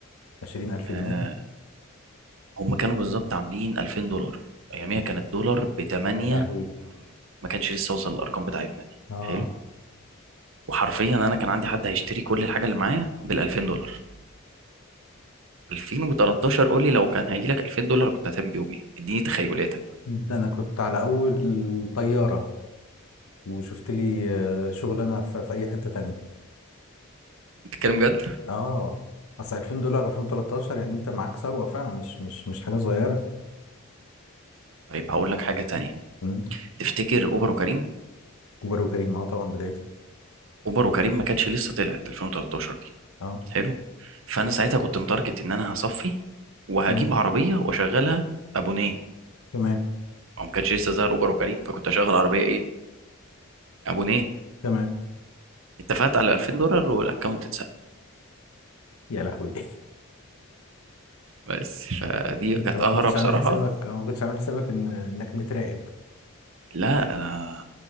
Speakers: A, on the left; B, on the right.
A: 20000
B: آه
A: جنيه
B: هم كانوا بالظبط عاملين 2000 دولار اياميها كان الدولار ب 8
A: يا لهوي
B: ما كانش لسه وصل للارقام بتاعتنا دي
A: اه
B: حلو وحرفيا انا كان عندي حد هيشتري كل الحاجه اللي معايا بال 2000 دولار 2013 قول لي لو كان هيجي لك 2000 دولار كنت هتعمل بيهم ايه اديني تخيلاتك بقى
A: ده انا كنت على اول طياره وشفت لي آه، شغلانه في, في اي حته تانية
B: بتتكلم جد
A: اه اصل 2000 دولار 2013 يعني انت معاك ثروه فعلا مش مش مش حاجه صغيره
B: طيب هقول لك حاجه تانية
A: مم.
B: تفتكر اوبر وكريم
A: كبر وكريم اه طبعا بدايته
B: اوبر وكريم ما كانتش لسه طلعت 2013
A: اه
B: حلو فانا ساعتها كنت متارجت ان انا هصفي وهجيب
A: مم.
B: عربيه واشغلها ابونيه
A: تمام
B: او ما كانش لسه ظهر اوبر وكريم فكنت اشغل عربيه ايه ابونيه
A: تمام
B: اتفقت على 2000 دولار والاكونت اتسرق
A: يا لهوي <laughs>
B: بس فدي
A: انت
B: كانت
A: ما
B: اهرب
A: كنتش
B: بصراحه
A: عامل حسابك أو ما كنتش عامل حسابك ان انك متراقب
B: لا انا